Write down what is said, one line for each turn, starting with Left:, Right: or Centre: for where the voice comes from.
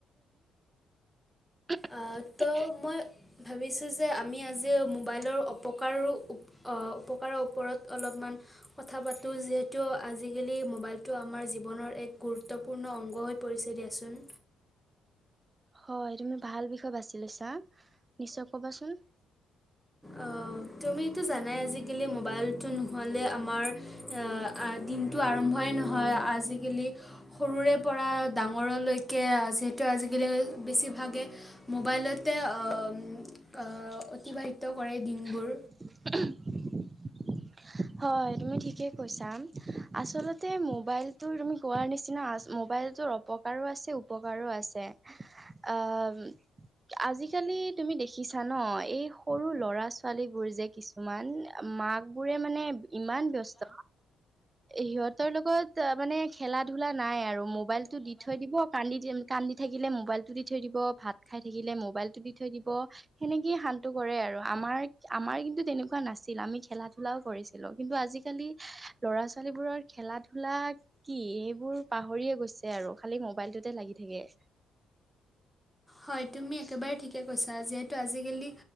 Right: উম
Centre: অহ, তো
Right: উমহ
Centre: মই ভাবিছোঁ যে আমি আজি মোবাইলৰ অপকাৰো উ অ উপকাৰৰ ওপৰত অলপমান কথা পাতো যিহেতু আজিকালি মোবাইলটো আমাৰ জীৱনৰ এক গুৰুত্বপূৰ্ণ অংগ হৈ পৰিছে দিয়াচোন।
Right: হয় তুমি ভাল বিষয়ে বাছি লৈছা নিশ্চয় ক'বাচোন।
Centre: অ তুমিটো জানাই আজিকালি মোবাইলটো নহ'লে আমাৰ, এ আ দিনটো আৰম্ভই নহয় আজিকালি সৰুৰে পৰা ডাঙৰলৈকে যিহেতু আজিকালি বেছিভাগে মোবাইলত তে অ উম অ অতিবাহিত কৰে
Right: উমহ
Centre: দিনবোৰ
Right: হয় তুমি ঠিকে কৈছা, আচলতে মোবাইলটো তুমি কোৱাৰ নিচিনা আছ মোবা মোবাইলটো অপকাৰো আছে উপকাৰো আছে। আ ম আজিকালি তুমি দেখিছা ন এই সৰু ল'ৰা- ছোৱালীবোৰ যে কিছুমান মাক বোৰে মা ইমান ব্যস্ত, সিহঁতৰ লগত মানে খেলা -ধূলা নাই আৰু মোবাইলটো দি থৈ দিব কান্দি -কান্দি থাকিলে মোবাইলটো দি থৈ দিব ভাত খাই থাকিলে মোবাইলটো দি থৈ দিব, সেনেকে হা ইটো কৰে আৰু আমাৰ, আমাৰ কিন্তু তেনেকুৱা নাছিল, আমি খেলা ধূলাও কৰিছিলো কিন্তু আজিকালি ল'ৰা- ছোৱালীবোৰৰ খেলা- ধূলা কি এইবোৰ পাহৰি গৈছে আৰু খালি মোবাইলটোতে লাগি থাকে।
Centre: হয় তুমি একেবাৰে ঠিকেই কৈছা, যিহেতু আজিকালি